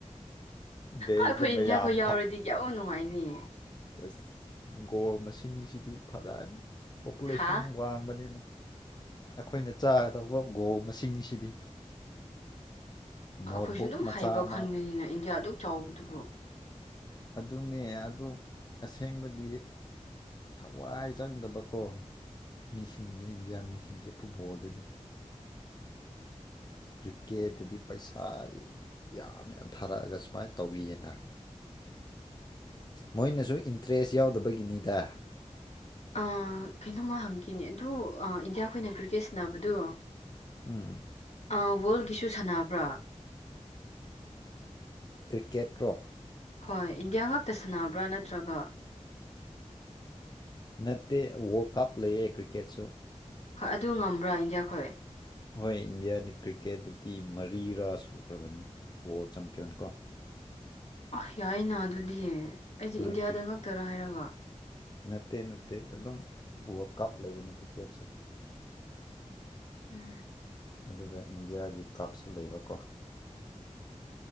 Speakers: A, on the left; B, on the left.
A: ꯕꯦꯁꯇ
B: ꯑꯩꯈꯣꯏ
A: ꯃꯌꯥꯝ
B: ꯏꯟꯗꯤꯌꯥꯈꯣꯏ ꯌꯥꯎꯔꯗꯤ ꯀꯌꯥ ꯅꯨꯡꯉꯥꯏꯅꯤ
A: ꯑꯦꯁ ꯒꯣꯜ ꯃꯁꯤꯡꯁꯤꯗꯤ ꯐꯖꯔꯅꯤ ꯄꯣꯄꯨꯂꯦꯁꯟ
B: ꯍꯥꯥ
A: ꯋꯥꯡꯕꯅꯤꯅ ꯑꯩꯈꯣꯏꯅ ꯆꯥꯒꯗꯧꯕ ꯒꯣꯜ ꯃꯁꯤꯡꯁꯤꯗꯤ ꯅꯣꯠꯕꯨꯛ
B: ꯑꯩꯈꯣꯏꯁꯨ ꯑꯗꯨꯝ
A: ꯃꯆꯥ
B: ꯍꯩꯕ
A: ꯑꯃ
B: ꯈꯟꯒꯅꯤꯅ ꯏꯟꯗꯤꯌꯥ ꯑꯗꯨꯛ ꯆꯥꯎꯕꯗꯨꯕꯨ
A: ꯑꯗꯨꯅꯦ ꯑꯗꯨ ꯑꯁꯦꯡꯕꯗꯤ ꯊꯋꯥꯏ ꯆꯪꯗꯕꯀꯣ ꯃꯤꯁꯤꯡꯁꯦ ꯏꯟꯗꯤꯌꯥ ꯃꯤꯁꯤꯡꯁꯦ ꯐꯨꯠꯕꯣꯜꯗꯗꯤ ꯀ꯭ꯔꯤꯀꯦꯠꯇꯗꯤ ꯄꯩꯁꯥ ꯌꯥꯝ ꯌꯥꯝ ꯊꯥꯔꯛꯑꯒ ꯁꯨꯃꯥꯏꯅ ꯇꯧꯕꯤꯑꯦꯅ ꯃꯣꯏꯅꯁꯨ ꯏꯟꯇꯔꯦꯁ ꯌꯥꯎꯗꯕꯒꯤꯅꯤꯗ
B: ꯑ ꯀꯩꯅꯣꯡꯃ ꯍꯪꯈꯤꯅꯦ ꯑꯗꯨ ꯏꯟꯗꯤꯌꯥꯈꯣꯏꯅ ꯀ꯭ꯔꯤꯀꯦꯠ ꯁꯥꯟꯅꯕꯗꯨ
A: ꯎꯝ
B: ꯑꯥ ꯋꯥꯔꯜꯒꯤꯁꯨ ꯁꯥꯟꯅꯕ꯭ꯔ
A: ꯀ꯭ꯔꯤꯀꯦꯠꯔꯣ
B: ꯍꯣꯏ ꯏꯟꯗꯤꯌꯥ ꯉꯥꯛꯇ ꯁꯥꯟꯅꯕ꯭ꯔ ꯅꯠꯇ꯭ꯔꯒ
A: ꯅꯠꯇꯦ ꯋꯥꯔꯜ ꯀꯞ ꯂꯩꯌꯦ ꯀ꯭ꯔꯤꯀꯦꯠꯁꯨ
B: ꯍꯣꯏ ꯑꯗꯨ ꯉꯝꯕ꯭ꯔꯥ ꯏꯟꯗꯤꯌꯥ ꯈꯣꯏ
A: ꯍꯣꯏ ꯏꯟꯗꯤꯌꯥꯗꯤ ꯀ꯭ꯔꯤꯀꯦꯠꯇꯇꯤ ꯃꯔꯤꯔꯥ ꯁꯨꯈ꯭ꯔꯕꯅꯤ ꯋꯥꯔꯜ ꯆꯦꯝꯄꯤꯌꯟ ꯀꯣ
B: ꯑ ꯌꯥꯏꯅ ꯑꯗꯨꯅꯤꯌꯦ ꯑꯩꯗꯤ
A: ꯍꯣꯏ
B: ꯏꯟꯗꯤꯌꯥꯗ
A: ꯀ꯭ꯔꯤꯛ
B: ꯉꯛꯇꯔ ꯍꯥꯏꯔꯒ
A: ꯅꯠꯇꯦ ꯅꯠꯇꯦ ꯑꯗꯨꯝ ꯋꯥꯔꯜ ꯀꯞ ꯂꯩꯕꯅꯤ ꯀ꯭ꯔꯤꯛꯀꯦꯠꯁꯨ
B: ꯎꯝ
A: ꯑꯗꯨꯒ ꯏꯟꯗꯤꯌꯥꯒꯤ ꯀꯥꯞꯁꯨ ꯂꯩꯕꯀꯣ